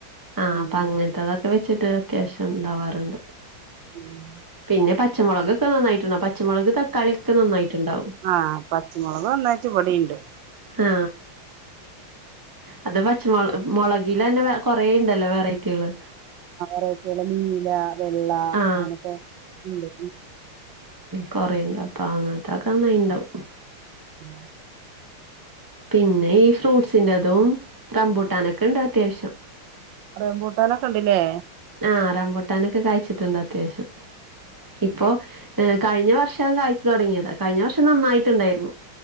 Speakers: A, on the right (about 15°); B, on the right (about 70°).
A: ആഹ്
B: ഉം
A: അപ്പൊ അങ്ങനത്തെതൊക്കെ വെച്ചി അത്യാവശ്യം ഉണ്ടാവാറുണ്ട്
B: ഉം
A: പിന്നെ പച്ചമുളക്ൊക്കെ നന്നായിട്ടുണ്ട പച്ചമുളക് തക്കാളിൊെ നന്നായിട്ട്ുണ്ടാവും
B: ആഹ പച്ചമുളക് എന്നന്നാച്ച പൊടിിയുണ്ട്
A: ആ അത് പച്ചമു മുളകയിലന്നെ കൊറ ഇണ്ടല്ലോ വെറൈറ്റികള്
B: ആറക്കെയുള്ള നീല വെള്ള
A: ആ
B: അങ്ങനെയൊക്കെ ഉണ്ട്
A: കൊറെണ്ട് അപ്പൊ അങ്ങത്തൊക്കെന്നായിണ്ടാവും
B: ഉം
A: പിന്നെ ഈ ഫ്രൂട്ട്സിന്റെതും റമ്പൂട്ടാനൊക്കെ ഇണ്ട് അത്യാവശ്യം
B: അറിയ പൂട്ടാനൊക്കെ ഉണ്ടില്ലേ
A: ആ റമ്പൊട്ടാനൊക്കെ കഴിച്ചിട്ടുണ്ട്ോ അത്യാവശ്യം ഇപ്പോൊ ഏർ കഴിഞ്ഞ വർഷ കാഴ്ച തുടങ്ങിയത് കഴിഞ്ഞ വർഷം നന്നായിട്ടുണ്ടായിരുന്നു